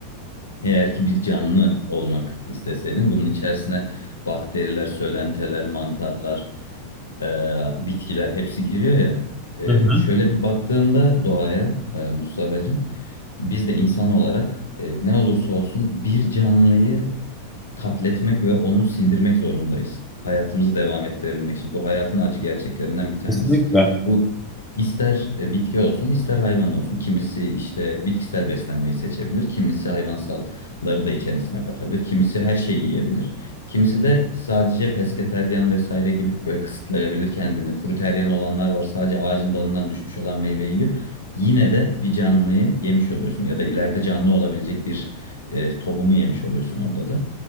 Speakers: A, on the left; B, in the centre.
A: eğer ki bir canlı olmak isteseydim bunun içerisine bakteriler, sölenteler, mantarlar, e, bitkiler hepsi giriyor ya. E,
B: Hı hı.
A: şöyle bir baktığımda doğaya e, Mustafa'cığım biz de insan olarak e, ne olursa olsun bir canlıyı katletmek ve onu sindirmek zorundayız. Hayatımızı devam ettirebilmek için. Bu hayatın acı gerçeklerinden bir tanesi.
B: Kesinlikle.
A: Bu ister e, bitki olsun, ister hayvan olsun. Kimisi işte bitkisel beslenmeyi seçebilir, kimisi hayvansalları da içerisine katabilir, kimisi her şeyi yiyebilir. Kimisi de sadece pesketeryan vesaire gibi böyle kısıtlayabilir kendini. Fruteryan olanlar var, sadece ağacın dalından düşmüş olan meyveyi yiyor. Yine de bir canlıyı yemiş oluyorsun ya da ileride canlı olabilecek bir e, tohumu yemiş oluyorsun orada da.